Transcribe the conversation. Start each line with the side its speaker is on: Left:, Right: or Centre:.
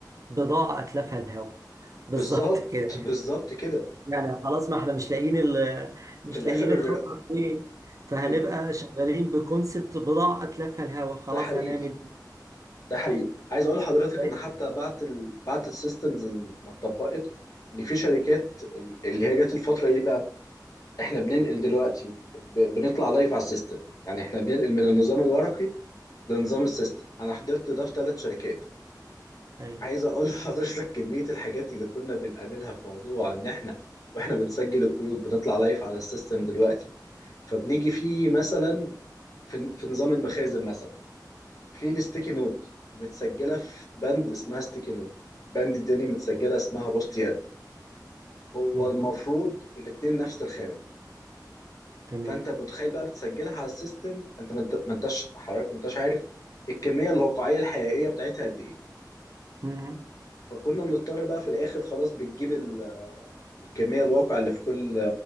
Right: بضاعة اتلافها الهوا <laughs> بالظبط
Left: بالظبط
Right: كده
Left: بالظبط كده
Right: يعني خلاص ما احنا مش لاقيين ال... مش
Left: في الآخر
Right: لاقيين الخطر فين فهنبقى
Left: بيج-
Right: شغالين بكونسبت بضاعة اتلافها الهوا خلاص
Left: ده حقيقي
Right: هنعمل
Left: ده حقيقي عايز اقول لحضرتك
Right: ايه
Left: ان حتى بعد ال... بعد السيستمز ما اتطبقت ان في شركات ال- اللي هي جت الفتره ايه بقى احنا بننقل دلوقتي ب... بنطلع لايف على السيستم يعني احنا بننقل من النظام الورقي لنظام السيستم انا حضرت ده في ثلاث شركات
Right: ايوه
Left: عايز اقول لحضرتك <laughs> كميه الحاجات اللي كنا بنقابلها في موضوع ان احنا واحنا بنسجل القيود بنطلع لايف على السيستم دلوقتي فبنيجي فيه مثلا في في نظام المخازن مثلا في الستيكي نوت متسجله في باند اسمها ستيكي نوت باند تاني متسجله اسمها بوست يد هو
Right: مهم.
Left: المفروض الاتنين نفس الخانه
Right: تمام
Left: فانت متخيل بقى بتسجلها على السيستم انت ما انت- ما انتش حضرتك ما انتش عارف الكميه الواقعيه الحقيقيه بتاعتها قد ايه
Right: مهم.
Left: فكنا بنضطر بقى في الاخر خلاص بتجيب ال- الكميه الواقع اللي في كل